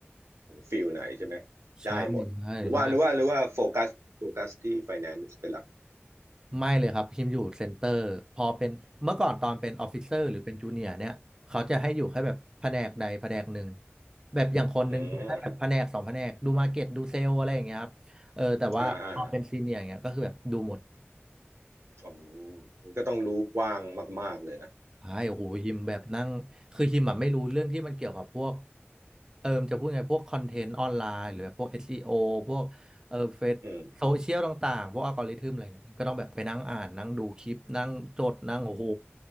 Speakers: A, on the right; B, on the right.
A: ของฟิลไหนใช่ไหม
B: ใช่ใช่ใช่
A: ได้หมดหรือว่าหรือว่าหรือว่าโฟกัสโฟกัสที่ Finance เป็นหลัก
B: ไม่เลยครับพิมอยู่เซ็นเตอร์พอเป็นเมื่อก่อนตอนเป็นออฟฟิเซอร์หรือเป็นจูเนียร์เนี่ยเขาจะให้อยู่แค่แบบแผนกใดแผนกหนึ่งแบบอย่างคนหนึ่งดูแค่แบบแผนกสองแผนกดูมาร์เก็ตดูเซลอะไรอย่างเงี้ยครับเออแต่ว่าพอเป็นซีเนียร์เงี้ยก็คือแบบดูหมด
A: อืมอ่าอ่าอ๋อมันก็ต้องรู้กว้างมากๆเลยนะ
B: ใช่โอ้โหฮิมแบบนั่ง คือฮิมอะไม่รู้เรื่องที่มันเกี่ยวกับพวกเออมนจะพูดไงพวกคอนเทนต์ออนไลน์หรือแบบพวก SEO พวกเออเฟซโซเชียลต่างๆ
A: อืม
B: พวกอัลกอริทึมอะไรเงี้ยฮิมก็ต้องแบบไปนั่งอ่านนั่งดูคลิปนั่งจดนั่งโอ้โห